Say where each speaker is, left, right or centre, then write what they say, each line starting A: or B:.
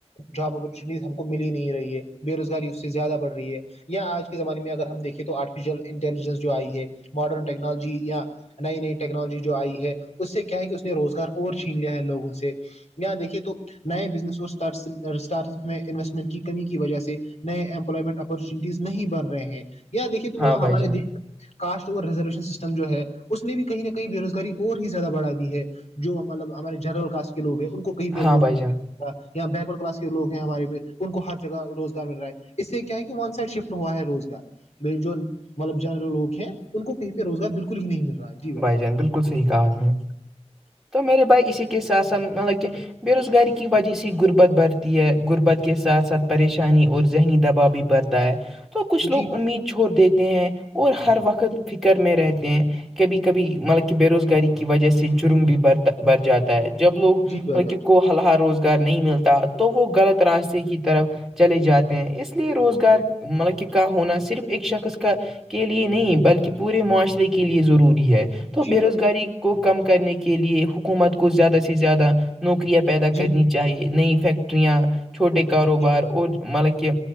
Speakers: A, on the left; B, in the centre.
A: جاب اپچونیٹیز ہم کو م ہی نہیں رہی ہے بے روزگاری اس سے زیادہ بڑھ رہی ہے یا آج کے زمانے میں اگر ہم دیکھے تو آرٹیفیشیل انٹیلیجنس جو آئی ہے ماڈرن ٹیکنالوجی یا نئی نئی ٹیکنالوجی جو آئی ہے اس سے کیا ہے کہ اس نے روزگار اور چھین لیا ہے لوگوں سے یا دیکھے تو نئے بزنس اور اسٹارٹ میں انویسٹمنٹ کی کمی کی وجہ سے نئے امپلائمنٹ اپورچونیٹیز نہیں بڑھ رہے ہیں یہاں دیکے تو
B: ہاں
A: مطلب
B: بھائی
A: ہمارے
B: جان
A: دی میں کاسٹ اور ریزرویشن سسٹم جو ہے اس نے بھی کہیں نہ کہیں بے روزگاری اور ہی زیادہ بڑھا دی ہے جو مطلب ہمارے جنرل کاسٹ کے لگ ہیں ان کو کہیں پہ
B: ہاں
A: روز
B: بھائی جان
A: یا بیک ورڈ کلاس کے لوگ ہیں ہمارے پہ ان کو ہر جگہ روزگار مل رہا ہے اس سے کیا ہے کہ ون سائڈ شفٹ ہوا ہے روزگار جو مطلب جنرل لوگ ہیں ان کو کہ روزگار بالکل ہی نہیں مل رہا جی بھائی
B: بالکل صحیح کہا آپ نے تو میرے بھائی اسی کے ساتھ ساتھ مطلب کہ بے روزگاری کی وجہ سے غربت برتی ہے غربت کے ساتھ ساتھ پریشانی اور ذہنی دباؤ بھی برتا ہے تو کچھ لوگ
A: جی
B: امید چھوڑ دیتے ہیں اور ہر وقت فکر میں رہتے ہیں کبھی کبھی مطلب کہ بے روزگاری کی وجہ سے جرم بھی برتا بر جاتا ہے جب لوگ
A: بھائی
B: مک کو ہلا روزگار نہیں ملتا تو وہ غلط راستے کی طرف چے جاتے ہیں اس لیے روزگار مطلب کہ کا ہونا صرف ایک شخص کا کے لیے نہیں بلکہ پورے معاشرے کے لیئے ضروری ہے تو
A: جی
B: بے
A: بھائی
B: روزگاری کو کم کرنے کے لیے حکومت کو زیادہ سے زیادہ نوکریاں پیدا
A: جان
B: کرنی چاہیے نئی فیکیکٹریاں چھوٹے
A: جی
B: کاروبار
A: بھائی جان جی جی بھائی
B: اور مطلب کہ